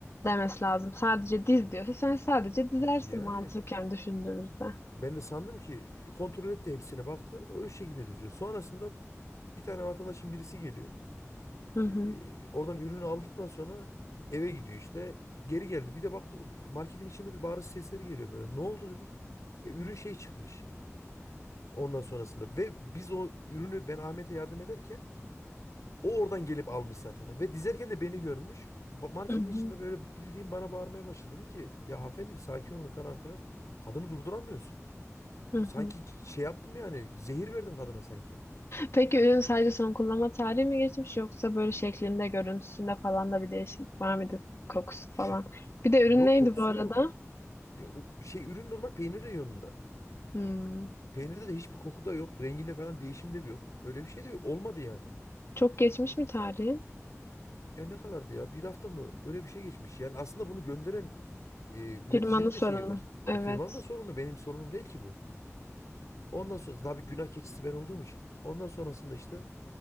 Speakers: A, on the left; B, on the left.
A: demesi lazım. Sadece diz diyorsa sen sadece dizersin
B: Yani
A: mantıken düşündüğümüzde.
B: ben de sandım ki kontrol etti hepsine baktı. O şekilde diziyor. Sonrasında bir tane vatandaşın birisi geliyor.
A: Hı hı.
B: Ee, oradan ürünü aldıktan sonra eve gidiyor işte. Geri geldi. Bir de bak marketin içinde bir bağırış sesleri geliyor böyle. Ne oldu dedik. E, ürün şey çıkmış. Ondan sonrasında ve biz o ürünü ben Ahmet'e yardım ederken o oradan gelip almış zaten. Ve dizerken de beni görmüş. Ba- Marketin
A: Hı hı.
B: içinde böyle bildiğim bana bağırmaya başladı. Dedim ki ya hanımefendi bir sakin olun falan filan. Kadını durduramıyoruz.
A: Hı hı.
B: Sanki c- şey yaptım yani zehir verdim kadına sanki.
A: Peki ürün sadece son kullanma tarihi mi geçmiş yoksa böyle şeklinde, görüntüsünde falan da bir değişiklik var mıydı? Kokusu
B: Şu-
A: falan. Bir de
B: yok
A: ürün neydi
B: kokusu
A: bu arada?
B: yok. Ya, o- şey ürün normal peynir reyonunda.
A: Hmm,
B: Peynirde de hiçbir koku da yok. Renginde falan değişim de bir yok. Öyle bir şey de yok. olmadı yani.
A: Çok geçmiş mi tarihi?
B: Ya ne kadardı ya? Bir hafta mı? Öyle bir şey geçmiş. Yani aslında bunu gönderen e, üreticinin
A: Firmanın sorunu.
B: de şeyi var. E,
A: Evet.
B: firmanın da sorunu. Benim sorunum değil ki bu. Ondan sonra tabii günah keçisi ben olduğum için. Ondan sonrasında işte